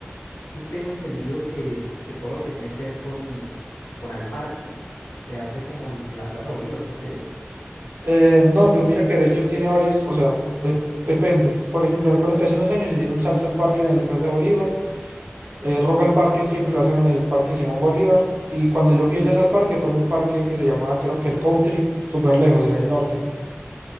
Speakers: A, on the left; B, on the right.
A: Sí tengo entendido que, que todo lo que tiene que ver con, con al parque se hace como en, en la Plaza Bolívar, creo que es.
B: Eh, no, pues mira que de hecho tiene varias, o sea, dep- depende. Por ejemplo, recuerdo que hace unos años hicieron salsa al parque en la Plaza de Bolívar. eh, rock al parque siempre la hacen en el Parque Simón Bolívar. Y cuando yo fui allá al parque
A: Ujú.
B: fue en un parque que se llamaba, creo que el Country, súper lejos, en el norte.